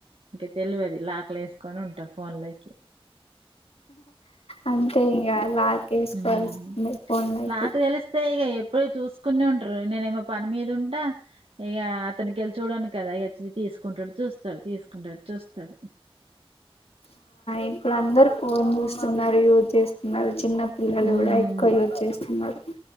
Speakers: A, on the right; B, on the left.
A: ఇంకా తెలివి అది లాక్లు వేసుకొని ఉంటాం ఫోన్లోకి
B: అంతే ఇంకా లాకేసుకోవాల్సిందే
A: హ్మ్
B: ఫోన్ లోకి
A: నాకు తెలిస్తే ఇగ ఎప్పుడు చూసుకునే ఉంటరు. నేనేమో పని మీద ఉంటా ఇక అతనికిెళ్ళి చూడను కదాద తీసుకుంటాడు చూస్త డు తీసుకుంటడు చూస్తాడు
B: ఇప్పుడు అందరు ఫోన్ చూస్తున్నారు యూజ్ చేస్తున్నారు చిన్న పిల్లలు
A: హుమ్మ్
B: కూడా ఎక్కువ యూజ్ చేస్తున్నారు